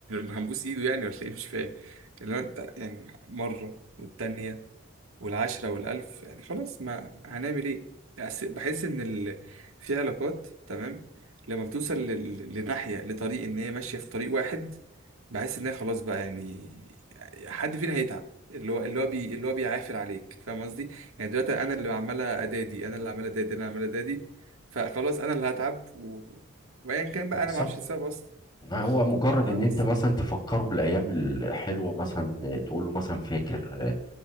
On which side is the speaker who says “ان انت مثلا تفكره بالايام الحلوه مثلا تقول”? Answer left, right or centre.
Left